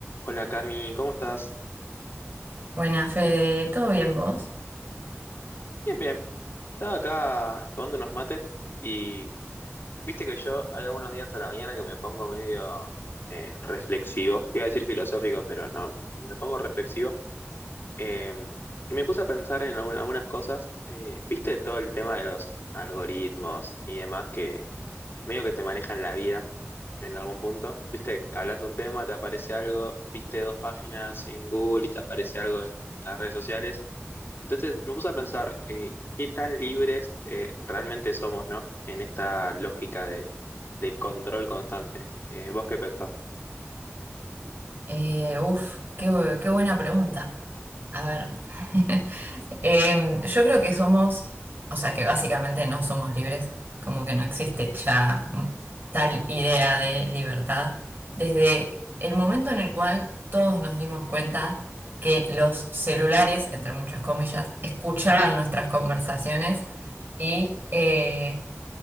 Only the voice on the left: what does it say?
Hola Cami, ¿cómo estás?
Bien, bien. Estaba acá tomando unos mates y viste que yo hay algunos días a la mañana que me pongo medio eh, reflexivo. Te Iba a decir filosófico, pero no, me pongo reflexivo. Eh, y me puse a pensar en algún- algunas cosas. Eh, viste todo el tema de los algoritmos y demás que medio que te manejan la vida en algún punto. Viste, hablas de un tema, te aparece algo, viste dos páginas en Google y te aparece algo en las redes sociales. Entonces, me puse a pensar eh, qué tan libres eh, realmente somos, ¿no? En esta lógica de, de control constante. Eh, ¿vos qué pensás?